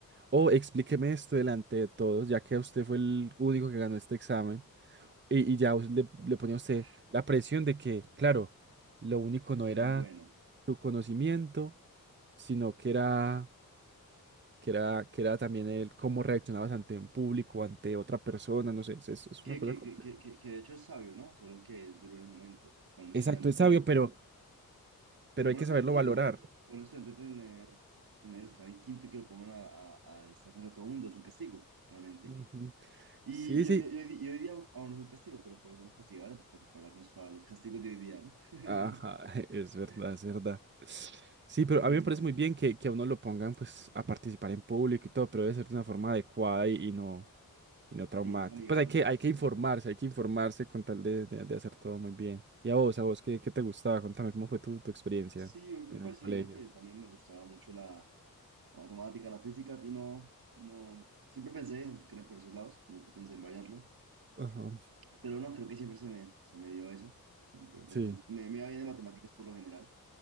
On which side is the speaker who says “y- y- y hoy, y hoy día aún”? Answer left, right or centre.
Right